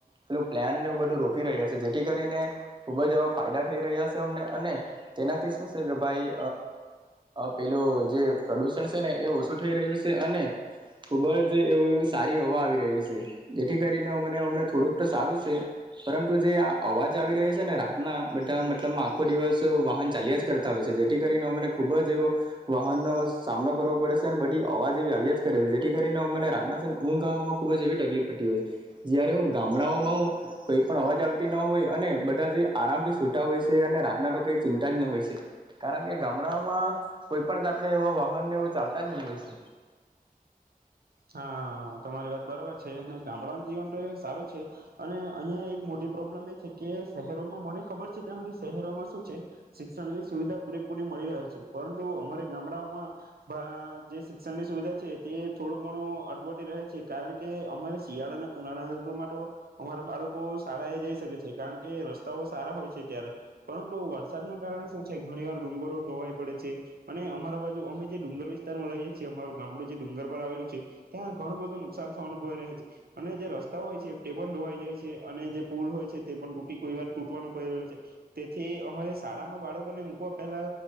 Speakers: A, on the right; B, on the right.
A: પેલું પ્લાનને એવ બધું રોપી રહ્યા છે જેથી કરીને ખુબ જ એવા ફાયદા થઈ રહ્યા છે અમને અને તેનાથી શું છે કે ભાઈ પેલું જે પ્રદૂષણ છે ને એ ઓછું થઈ રહ્યું છે અને ખૂબ જ એવું સારી હવા આવી રહી છે જેથી કરીને મને અમને થોડુંક તો સારું છે પરંતુ જે આ અવાજ આવી રહ્યો છે ને રાતના બધા મતલબ આખો દિવસ વાહન ચાલ્યા જ કરતા હોય છે જેથી કરીને અ મને ખૂબ જ એવો વાહનનો સામનો કરવો પડે છે અને બધી અવાજ એવી આવ્યા જ કરે છે જેથી કરીને મને રાતનાને ઊંઘ ગાવામાં ખૂબ જ એવી તકલીફ પતી હોય છે જય્યારે હું ગામડાઓમાં હું કઈ પણ અવાજ આવતી ન હોય અને બધા જ આરામથી છૂટા હોય છે અને રાતના તો કંઈ ચિંતા જ ન હોય છે કારણ કે ગામડાઓમાં કોઈ પણ જાતને એવા. ને એવું ચાલતા જ નહી હોશે.
B: હા તમારી વાત બરાબર છે અને ગામડાઓનું જીવન તો એ સારું છે અને અહિયાં એક મોટી પ્રોબ્લેમ એ છે કે શહેરોમાં મને ખબર છે ત્યાં સુળી શહેરોમાં શું છે શિક્ષણની સુવિધા પૂરેપૂરી મળી રહે છે પરંતુ અમારે ગામડાઓમાં જે શિક્ષણ ની સુવિધા. થોડો. અટવટી રહે છે કારણ કે અમારે શિયાળા અને ઉનાળા માટે અમારા બાળકો શાળા એ જઈ શકે છે કારણ કે રસ્તાઓ સારા હોય છે ત્યારે પરંતુ વરસાદના કારણે શું છે ઘણી વાર ડુંગરો ઢોવાય પડે છે અને અમારા બાજુ અમે જે ડુંગર વિસ્તાર માં રહીએ છીએ અમાર ગામડું જે ડુંગર પર આવેલું છે. ત્યાં ઘણું બધું નુકસાન અનુભ રહે છે અને જે રસ્તા હોય છે તે પણ ધોવાઈ જાય છે અને જે પુલ હોય છે તે પણ તૂટી. કોઈ વાર તૂટવાનું પડી રહ્યો છે તેથી અમારે શાળામાં બાળકોને મકવા પહેલા